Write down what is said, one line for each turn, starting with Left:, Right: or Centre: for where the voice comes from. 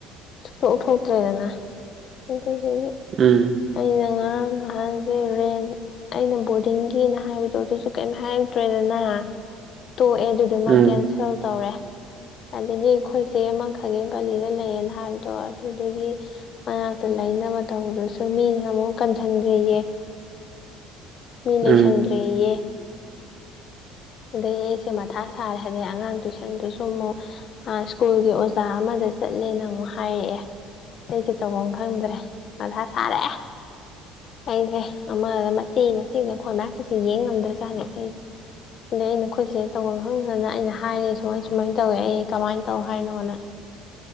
Left: ꯁꯛꯇꯣꯛꯊꯣꯛꯇ꯭ꯔꯦꯗꯅ ꯑꯗꯨꯗꯒꯤ
Right: ꯎꯝ
Left: ꯑꯩꯅ ꯉꯔꯥꯡ ꯅꯍꯥꯟꯖꯩ ꯔꯦꯟ ꯑꯩꯅ ꯕꯣꯔꯗꯤꯡꯒꯤꯅ ꯍꯥꯏꯕꯗꯣ ꯑꯗꯨꯁꯨ ꯀꯩꯝ ꯍꯥꯏꯔꯗ꯭ꯔꯦꯗꯅ ꯇꯣꯛꯑꯦ ꯑꯗꯨꯗꯨ
Right: ꯎꯝ
Left: ꯃꯥ ꯀꯦꯟꯁꯦꯜ ꯇꯧꯔꯦ ꯑꯗꯒꯤ ꯑꯩꯈꯣꯏꯆꯦ ꯑꯃ ꯈꯥꯒꯦꯝ ꯄꯂꯤꯗ ꯂꯩꯌꯦꯅ ꯍꯥꯏꯕꯗꯣ ꯑꯗꯨꯒꯤ ꯃꯅꯥꯛꯇ ꯂꯩꯥꯏꯅꯕ ꯇꯧꯕꯗꯨꯁꯨ ꯃꯤꯅ ꯑꯃꯨꯛ ꯀꯟꯖꯟꯒꯤꯌꯦ ꯃꯤ
Right: ꯎꯝ
Left: ꯂꯩꯁꯟꯈ꯭ꯔꯦꯌꯦ ꯑꯗꯩ ꯑꯩꯁꯦ ꯃꯊꯥ ꯁꯥꯔꯦ ꯍꯥꯏꯗꯩ ꯑꯉꯥꯡ ꯇꯨꯏꯁꯟꯗꯨꯁꯨ ꯑꯃꯨꯛ ꯑ ꯁ꯭ꯀꯨꯜꯒꯤ ꯑꯣꯖꯥ ꯑꯃꯗ ꯆꯠꯂꯦꯅ ꯑꯃꯨꯛ ꯍꯥꯏꯔꯛꯑꯦ ꯑꯩꯁꯨ ꯇꯧꯐꯝ ꯈꯪꯗ꯭ꯔꯦ ꯃꯊꯥ ꯁꯥꯔꯦ ꯑꯩꯁꯦ ꯑꯃꯗ ꯃꯆꯦ ꯃꯆꯦꯗ ꯈꯣꯏ ꯃꯌꯥꯝꯁꯤꯁꯤ ꯌꯦꯡ ꯉꯝꯗ꯭ꯔꯥ ꯆꯥꯠꯅꯦ ꯑꯩꯁꯦ ꯑꯗꯩ ꯑꯩꯅ ꯅꯈꯣꯏꯁꯦ ꯇꯧꯐꯝ ꯈꯪꯗꯅ ꯑꯩꯅ ꯍꯥꯏꯔꯦ ꯁꯨꯃꯥꯏ ꯁꯨꯃꯥꯏꯅ ꯇꯧꯋꯦ ꯑꯩ ꯀꯃꯥꯏꯅ ꯇꯧ ꯍꯥꯏꯅꯣꯅ